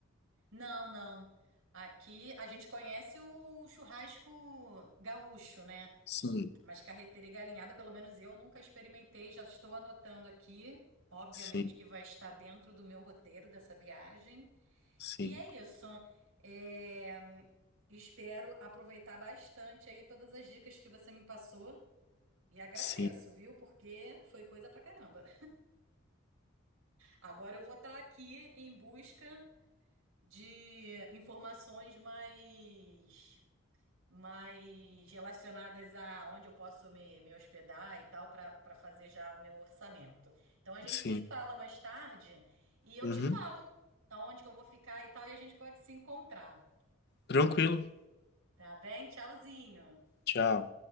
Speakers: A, on the right (about 85°); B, on the left (about 50°).
A: Não, não. Aqui a gente conhece o churrasco gaúcho, né?
B: Sim,
A: Mas carreteira e galinhada, pelo menos eu nunca experimentei, já estou anotando aqui. Obviamente
B: sim,
A: que vai estar dentro do meu roteiro dessa viagem.
B: sim,
A: E é isso. É, Espero aproveitar bastante aí todas as dicas que você me passou. E agradeço,
B: sim,
A: viu? Porque foi coisa pra caramba. Agora eu vou estar aqui em busca de informações mais mas relacionadas a onde eu posso me, me hospedar e tal, para para fazer já o meu orçamento. Então a gente
B: sim.
A: se fala mais tarde e eu
B: Uhum.
A: te falo aonde que eu vou ficar e tal, e a gente pode se encontrar,
B: Tranquilo.
A: tá bem? Tchauzinho.
B: Tchau.